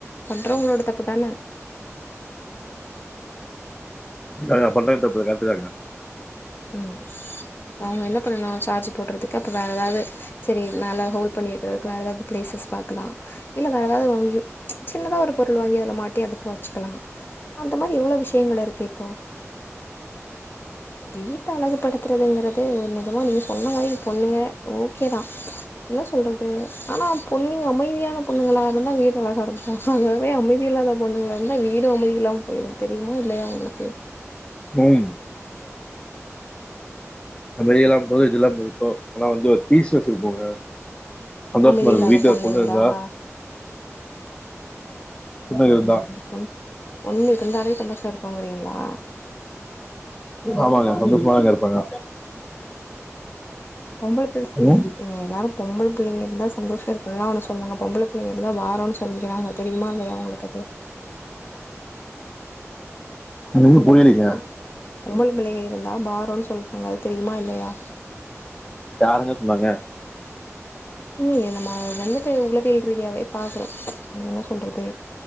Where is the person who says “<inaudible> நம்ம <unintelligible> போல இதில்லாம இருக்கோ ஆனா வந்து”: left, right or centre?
Left